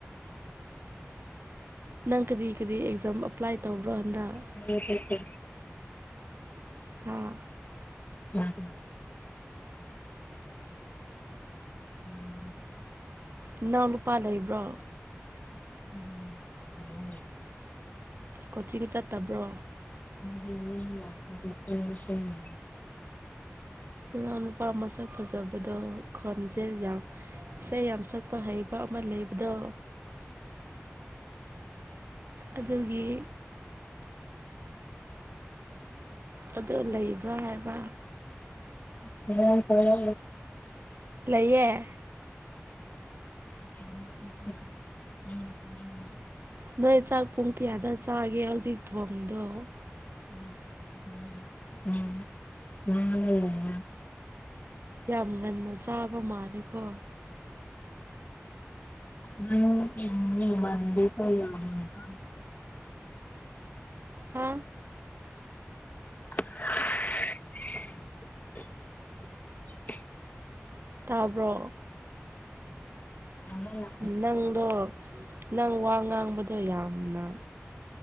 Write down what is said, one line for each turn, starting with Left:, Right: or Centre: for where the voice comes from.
Right: ꯅꯪ ꯀꯔꯤ ꯀꯔꯤ ꯑꯦꯛꯖꯥꯝ ꯑꯦꯄ꯭ꯂꯥꯏ ꯇꯧꯕ꯭ꯔꯣ ꯍꯟꯗꯛ
Left: ꯑꯦ ꯃꯦ ꯁꯤ ꯒꯤ
Right: ꯍꯥꯥ
Left: ꯅꯥꯒꯅꯨ ꯎꯝ
Right: ꯏꯅꯥꯎ ꯂꯨꯄꯥ ꯂꯩꯕ꯭ꯔꯣ
Left: ꯎꯝ ꯂꯩꯌꯦ ꯂꯩꯌꯦ
Right: ꯀꯣꯆꯤꯡ ꯆꯠꯇꯕ꯭ꯔꯣ
Left: ꯕꯤꯖꯦꯅꯤ ꯂꯥꯛꯄꯁꯦ ꯁꯦꯝꯖꯨ ꯁꯦꯝꯅ
Right: ꯏꯅꯥꯎ ꯅꯨꯄꯥ ꯃꯁꯛ ꯐꯖꯕꯗꯣ ꯈꯣꯟꯖꯦ ꯌꯥꯝ ꯏꯁꯩ ꯌꯥꯝ ꯁꯛꯄ ꯍꯩꯕ ꯃ ꯂꯩꯕꯗꯣ ꯑꯗꯨꯒꯤ ꯑꯗꯨ ꯂꯩꯕ꯭ꯔꯥ ꯍꯥꯏꯕ
Left: ꯍꯜꯂꯣ ꯏꯅꯥꯎ ꯅꯨꯄꯥꯔꯣ
Right: ꯂꯩꯌꯦ
Left: <unintelligible>
Right: ꯅꯣꯏ ꯆꯥꯛ ꯄꯨꯡ ꯀꯌꯥꯗ ꯆꯥꯒꯦ ꯍꯧꯖꯤꯛ ꯊꯣꯡꯉꯤꯗꯣ
Left: <unintelligible>
Right: ꯌꯥꯝ ꯉꯟꯅ ꯆꯥꯕ ꯃꯥꯂꯦꯀꯣ
Left: <unintelligible> ꯃꯟꯗꯦꯀꯣ ꯌꯥꯝꯅꯀꯣ
Right: ꯍꯥꯥ
Left: <unintelligible>
Right: ꯇꯥꯕ꯭ꯔꯣ
Left: ꯅꯣꯡꯁꯨ
Right: ꯅꯪꯗꯣ ꯅꯪ ꯋꯥ ꯉꯥꯡꯕꯗꯣ ꯌꯥꯝꯅ